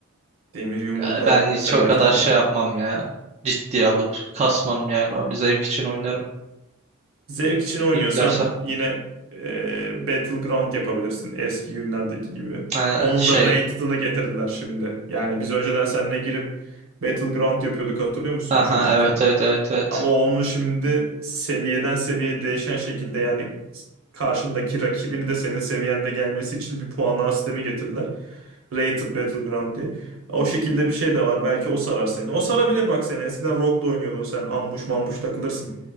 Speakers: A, on the right; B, on the right.
A: Demir yumruklar
B: Ya ben hiç
A: felaket
B: o kadar
A: bir
B: şey
A: yer.
B: yapmam ya. Ciddiye alıp kasmam yani oyunu. Zevk için oynarım.
A: Zevk için oynuyorsan
B: İlklersem.
A: yine e, Battleground yapabilirsin eski günlerdeki gibi.
B: Ha,
A: Onun
B: şey.
A: da rated'ını getirdiler şimdi. Yani biz önceden seninle girip Battleground yapıyorduk hatırlıyor musun
B: Aha,
A: çocukken?
B: evet evet evet evet.
A: Ama onun şimdi seviyeden seviyeye değişen şekilde yani karşındaki rakibini de senin seviyende gelmesi için bir puanlama sistemi getirdiler. Rated Battleground diye. O şekilde bir şey de var. Belki o sarar seni. O sarabilir bak seni. Eskiden Rogue'da oynuyordun sen. Ambush mambush takılırsın.